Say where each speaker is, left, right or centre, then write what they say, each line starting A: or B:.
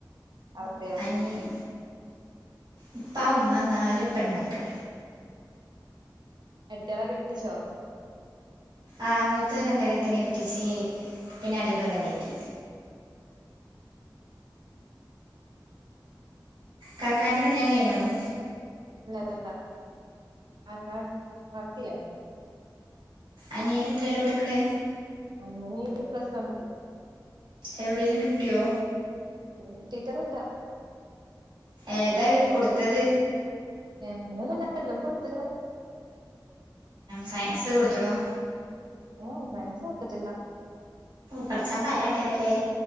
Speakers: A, on the right; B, on the right.
A: അവിടെയോ
B: അനിയൻ ഉപ്പാ ഉമ്മ നാല് പെൺമക്കൾ
A: എട്ടത്തിയാളൊ കെട്ടിച്ചോ
B: ആഹ് മൂത്ത് രണ്ടണത്തിനെ കിട്ടിച്ച് പിന്നെ അടിൽ ഒരനിയത്തി കാക്കാന്റെ കല്യാണം കയ്ഞാണോ
A: ഇല്ലതല്ല കാക്ക വർക്ക് ചെയ്യാണ
B: അനിയന് എത്രല്ല പഠിക്കണേ
A: ഓനിനി പ്ലസ് വൺ ക്ക്
B: എവിടെയേങ്കലും കിട്ടിയോ
A: എവിടിം കിട്ടീട്ടൊന്നും ഇല്ല
B: ഏതാ കൊടുത്തത്
A: അങ്ങനെ ഒന്നും ഇല്ല എല്ലാം കൊടുത്തക്ണ്
B: സയൻസ് കൊടുത്തണോ
A: ഓ സയൻസ് കൊടുത്തിട്ടില്ല
B: പഠിച്ചാൻ പരാക്കരല്ലേ